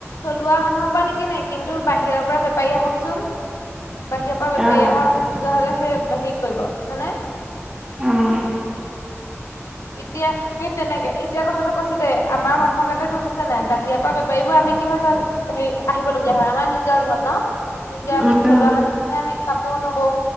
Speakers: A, on the left; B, on the right.
A: থলুৱা মানুহৰ পৰা নিকিনে কি কিন্তু বাহিৰৰ পৰা বেপাৰী আহকচোন, বাহিৰৰ পৰা বেপাৰী
B: অ
A: আহা <unintelligible> নহ'লে সেই শে <unintelligible> কৰিব, হয়নে?
B: উম।
A: এতিয়া সেই তেনেকে, এতিয়া কথাটো কৈছো দেই আমাৰ মানুহ আমাৰ গাতে দুখ আছে নাই বাহিৰৰ পৰা বেপাৰীবোৰ আমি কি হয় হেৰি আহিবলগীয়া হয়, আমাৰ নিজৰ জহত ন' নিজে
B: উম
A: আমি থলুৱা মানুহখিনিয়ে আমি কাপোৰ নবওঁ